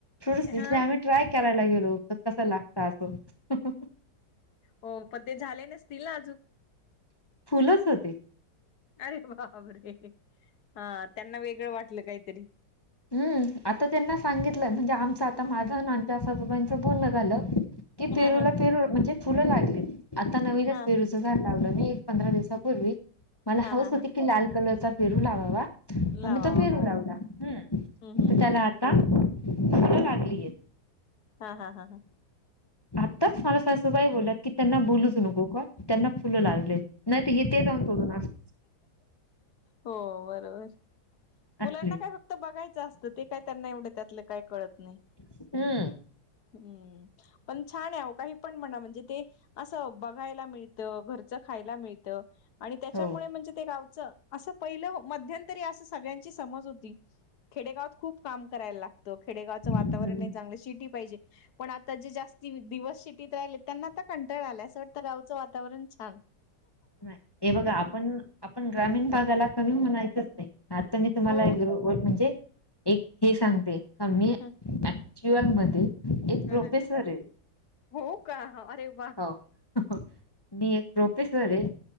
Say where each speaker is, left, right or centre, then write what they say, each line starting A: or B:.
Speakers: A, on the left (about 15°); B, on the left (about 60°).
A: थोडेच
B: हा
A: दिसले आम्ही- ट्राय करायला गेलो. ते कस लागत असं-
B: हो. पण ते झाले नसतील ना अजून?
A: फुलच ए ते.
B: अरे बापरे! हा. त्यांना वेगळं वाटलं काहीतरी.
A: हम्म. आता त्यांना सांगितलं. म्हणजे आमचं आता माझं अन आमच्या सासूबाईचं बोलण झालं- की पेरूला
B: हा हा
A: पेरू म्हणजे फुलं लागले. आता नवीनच
B: हा
A: पेरू- झाड लावल मी, एक पंधरा दिवसापूर्वी. मला
B: हा
A: हौस
B: हा हा
A: होती की लाल कलरचा पेरू लावावा.
B: लावावा
A: म मी तो पेरू
B: हो
A: लावला.
B: हो
A: हं.
B: हम्म हम्म
A: त्याला
B: हम्म हम्म.
A: आता फुल लागलीयेत.
B: हा हा हा हां.
A: आत्ताच मला सासूबाई बोलल्यात की, त्यांना बोलूच नको का त्यांना फुलं लागलियेत. नाही त हे ते जाऊन तोडून अस-
B: हो. बरोबर. मुलांना
A: असले
B: काय फक्त- क्त बघायचं असतं. ते काय त्यांना एवढं त्यातलं काही कळत नाही.
A: हम्म
B: हम्म. पण छान आहे अहो, काही पण म्हणा म्हणजे ते- असं बघायला मिळतं. घरचं खायला मिळतं. आणि त्याच्यामुळे
A: हो
B: म्हणजे ते गाव- च. असं पहिलं मध्यंतरी असं सगळ्यांची समज होती- खेडेगावात खूप काम करायला लागतं. खेडेगावचं वातावरण
A: हम्म.
B: नाही चांगलं. सिटी पाहिजे. पण आता जे जास्ती दिवस सिटीत राहिले त्यांना आता कंटाळा आलाय. असं वाटतं गावचं वातावरण छान.
A: नाही. हे बघा आपण, आपण ग्रामीण भागाला कमी म्हणायचंच नाही. आता मी तुम्हाला
B: हो
A: एक म्हणजे, एक हे सांगते का मी-
B: हा
A: चुएल मध्ये एक
B: हा
A: प्रोफेसर
B: हा.
A: आहे.
B: हो का? अरे व्वा!
A: हो मी एक प्रोफेसर आहे.